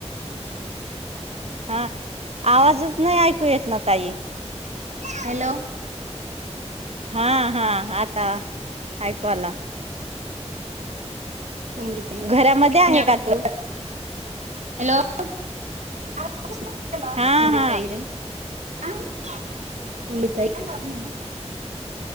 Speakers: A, on the right (about 60°); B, on the right (about 85°).
A: हा आवाजच नाही येतन तई
B: हॅलो
A: हा हा आता ऐकवाला
B: <inaudible> <unintelligible>
A: घरामध्ये आहे का तू
B: हॅलो तैरंग
A: हा हा
B: <unintelligible>